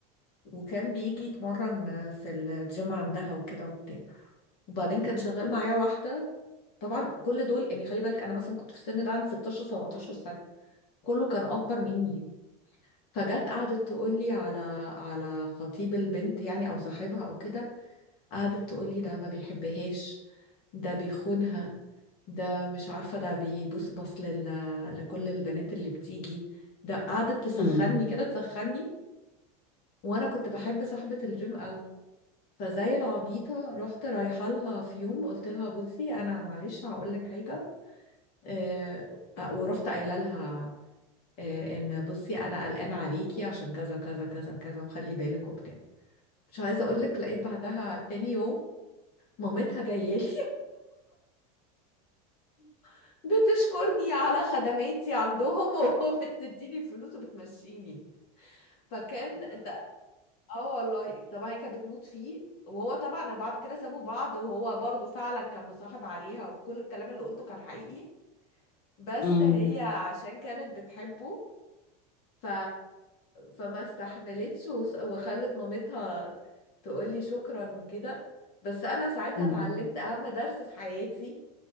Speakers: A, on the left; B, on the left.
A: وكان بيجي يتمرن في الجيم عندها وكده وبتاع وبعدين كان شغال معايا واحدة طبعا كل دول يعني خلي بالك انا مثلا كنت في السن ده عندي 16 17 سنة كله كان اكبر مني فجت قعدت تقول لي على على خطيب البنت يعني او صاحبها او كده قعدت تقول لي ده ما بيحبهاش ده بيخونها ده مش عارفة ده بيبص بص لل... لكل البنات اللي بتيجي ده قعدت
B: 嗯嗯嗯嗯嗯嗯嗯嗯嗯，بتهزري
A: تسخني كده تسخني وانا كنت بحب صاحبة الجيم قوي فزي العبيطة رحت رايحة لها في يوم قلت لها بصي أنا معلش هقول لك حاجة آه، ورحت قايلة لها آه، إن بصي أنا قلقانة عليكي عشان كذا كذا كذا كذا وخلي بالك وبتاع مش عايزة أقول لك لقيت بعدها تاني يوم مامتها جاية لي <laughs> بتشكرني على خدماتي عندهم <laughs> وبتديني فلوس وبتمشيني فكان ده اه والله طبعا هي كانت بتموت فيه وهو طبعا بعد كده سابوا بعض وهو برضو فعلا كان مصاحب عليها وكل الكلام اللي قلته كان حقيقي بس
B: امم
A: هي عشان كانت بتحبه ف... فما استحملتش وس- وخلت مامتها تقولي شكرا وكده بس انا ساعتها
B: امم
A: اتعلمت اهم درس في حياتي